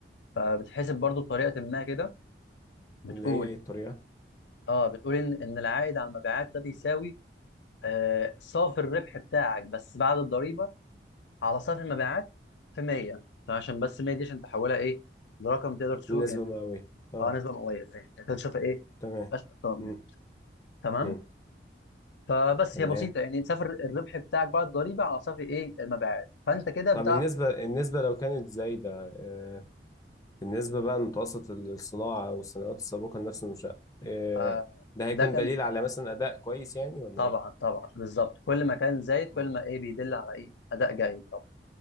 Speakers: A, on the left (about 80°); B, on the left (about 20°).
A: فبتحسب برضو بطريقه ما كده بتقول
B: اللي هي ايه الطريقه
A: اه بتقول ان ان العائد على المبيعات ده بيساوي آه، صافي الربح بتاعك بس بعد الضريبه على صافي المبيعات في 100 فعشان بس 100 دي عشان تحولها ايه لرقم تقدر تشوف
B: النسبة
A: يعني
B: مئوية اه
A: اه نسبه مئويه فاهم انت تشوفها ايه
B: تمام
A: مفيهاش ارقام
B: مم.
A: يعني تمام
B: مم.
A: فبس
B: تمام
A: هي بسيطه يعني صفر الربح بتاعك بعد الضريبه على صفر ايه المبيعات فانت كده بتعرف
B: طب النسبة النسبة لو كانت زايدة آه. بالنسبة بقى لمتوسط الصناعة أو الصناعات السابقة لنفس المنشأة آه.
A: آه
B: ده هيكون
A: ده كان
B: دليل على مثلا أداء كويس يعني ولا
A: طبعا
B: إيه؟
A: طبعا بالظبط كل ما كان زايد كل
B: مم.
A: ما ايه بيدل على ايه اداء جيد طبعا